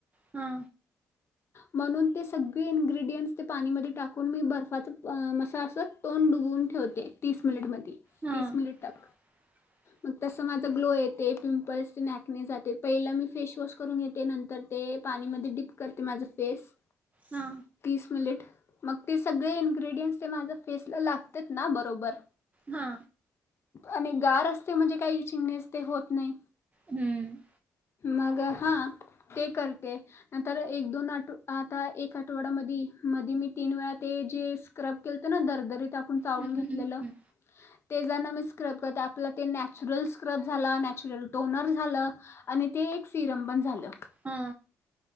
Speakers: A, on the right; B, on the left.
A: हा.
B: म्हणून ते सगळे इन्ग्रेडियंट्स ते पाणीमध्ये टाकून मी बर्फाचं प मसा असं तोंन डुबवून ठेवते. तीस मिनिलिट मध्ये
A: हा
B: तीस मिनिलीट टाक
A: <inaudible>
B: मग तस माझा ग्लो येते पिंपल्स नॅकणे जाते. पहिला मी फेसवॉश करून घेते. नंतर ते पाणीमध्ये डीप करते माझं फेस.
A: हा.
B: तीस मिनिलेट मग ते सगळे इन्ग्रेडियंट्स ते माझ्या फेसला लागत ना बरोबर.
A: हा.
B: आणि गार असते म्हणजे काय इंचिंगणेस ते होत नाय.
A: हम्म
B: मग हा ते करते नंतर एक दोन आ आता एक आठवडा मधी मध्ये मी तीन वेळा ते जे स्क्रब केलत ना दरदरीत ते आपूण चाळून
A: हम्म
B: घेतलेल.
A: हम्म
B: ते जना मी स्क्रब करते आपला ते नॅचरल स्क्रब झाला. नॅचरल टोनर झालं आणि ते एक सिरम पण झालं.
A: हा.